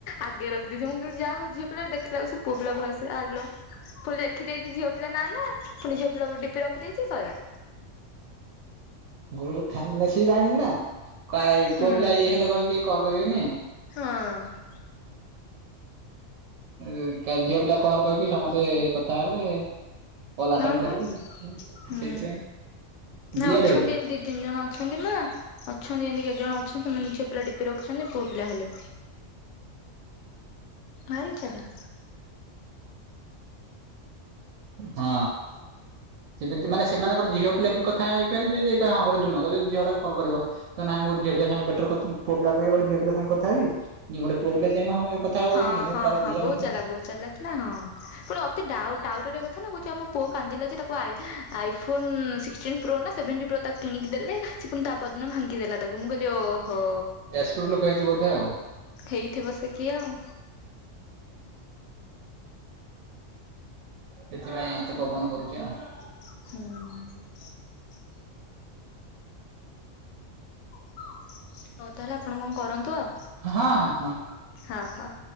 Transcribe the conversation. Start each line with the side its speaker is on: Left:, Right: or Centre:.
Left: ଆଗେ ରଖିଦେଇଛି ମୁଁ କଇଲି ଯା ହଉ। ଝିଅ ପିଲାଟେ ଦେଖିଲାକୁ ସେ ପୁଅ ପିଲା ଭଏସେ ଆଲୋ। ପୁଣି ଲେଖି ଦେଇଛି ଝିଅ ପିଲା ନା ନା ପୁଣି ଝିଅ ପିଲା ଡିପି ରଖିଦେଇଛି ସଇଲା।
Right: ହୁଁ ହୁଁ <unintelligible> ସିଏ ଜାଣିଛି ନା କାଏ
Left: ହୁଁ।
Right: ପୁଅ ପିଲା ଇଏ ହେଲେ କହି କଲ୍ କରିବେନି।
Left: ହଁ।
Right: ଉଁ‌ କା ଝିଅ ପିଲା କଲ କହିକି ସମସ୍ତେ କଥା ହେବେ। କଲ
Left: ହଁ
Right: ଆଟେନ କରିବେ
Left: ବା ହୁଁ
Right: ସେଇଥି ପାଇଁ
Left: ନା
Right: ଦି
Left: ଅଛନ୍ତି
Right: ଆଡୁ ହେଇ ଜିବ।
Left: ଏମିତି ଦି ତିନି ଜଣ ଅଛନ୍ତି ନା ଅଛନ୍ତି ଏମିତି କେତେ ଜଣ ଅଛନ୍ତି ମାନେ ଝିଅ ପିଲା ଡିପି ରଖିଛନ୍ତି ପୁଅ ପିଲା ହେଲେ। ଭାରି ଚାଲକ।
Right: ହଁ ସେମତି ମାନେ ସେମାନଙ୍କର ଝିଅ ପିଲା ବି କଥା ହେଇ ପାରିବେ ଯେ। ହଁ ଗୋଟେ ଯୁମ ଜଦି ଝିଅ ଟାକୁ କଲ କରିବା। ତ ନାଇଁ ମୁଁ ଗୋଟେ ଝିଅ ପିଲା ସାଂଗେ ବେଟର କଥା ପୁଅ ପିଲା ଅପେକ୍ଷା ଗୋଟେ ଝିଅ ପିଲା ସାଙ୍ଗେ କଥା ହେବି ‌। ନାଇଁ ଗୋଟେ ପୁଅ ପିଲା ଚାହିଁବ ହଁ ଏ କଥା ହବ
Left: ହଁ
Right: କହିକି ହେଲେ
Left: ହଁ
Right: ତାର
Left: ହଁ
Right: ଦି
Left: ବହୁତ
Right: ଆଡେ ଫୋନ।
Left: ଚାଲାକ ବହୁତ ଚାଲାକ ନା ହଁ ପୁଣି ଅତି ଡାଉ ଟାଉଟରିଆ କଥା କହୁଛି ଆମ ପୁଅ କାନ୍ଦିଲା ଯେ ତାକୁ ଆଇ। ଆଇଫୋନ ସିକ୍ସ ଟିନ୍ ପ୍ରୋ ନା ସେଭେଣ୍ଟି ପ୍ରୋ ତାକୁ କିଣିକି ଦେଲେ ସେ ପୁଣି ତା ପର ଦିନ ଭାଙ୍ଗି ଦେଲା। ତାକୁ ମୁଁ କହିଲି ଓହୋ।
Right: ଯାଜପୁର ଲୋକ ହେଇଥିବ ବୋଧେ ଆଉ।
Left: ହେଇଥିବ ସେ କିଏ ଆଉ।
Right: ସେଥିପାଇଁ ଏତେ ପବନ କରୁଛି ଆଉ।
Left: ହୁଁ। ହଉ ତାହେଲେ ଆପଣ କଣ କରନ୍ତୁ ଆଉ।
Right: ହଁ ହଁ ହଁ।
Left: ହଉ ହଉ।